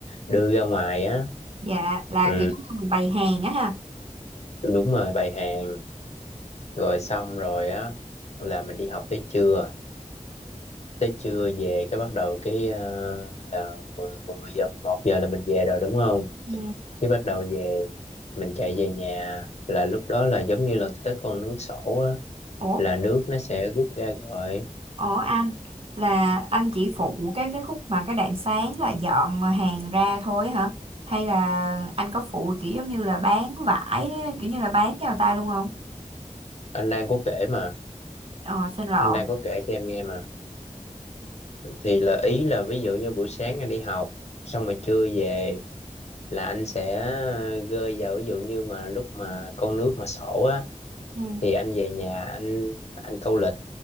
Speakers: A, on the left; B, on the right.
A: đưa ra ngoài á
B: Dạ, là
A: ừ,
B: kiểu giống như mình bày hàng á ha.
A: đúng rồi bày hàng rồi xong rồi á là mình đi học tới trưa tới trưa về cái bắt đầu cái ờ, là 10 10 giờ một giờ là mình về rồi đúng không?
B: Ừ.
A: Cái bắt đầu về mình chạy về nhà là lúc đó là giống như là tới con nước sổ á
B: Ủa
A: là nước nó sẽ rút ra rồi.
B: Ủa anh là anh chỉ phụ cái cái khúc mà cái đoạn sáng là dọn hàng ra thôi hả? Hay là anh có phụ kiểu giống như là bán vải kiểu như là bán cho người ta luôn không?
A: Anh đang có kể mà,
B: Ờ xin lỗi.
A: anh đang có kể cho em nghe mà. Thì là ý là ví dụ như buổi sáng anh đi học xong rồi trưa về là anh sẽ gơi vào ví dụ như mà lúc mà con nước mà sổ á
B: Ừ.
A: thì anh về nhà anh anh câu lịch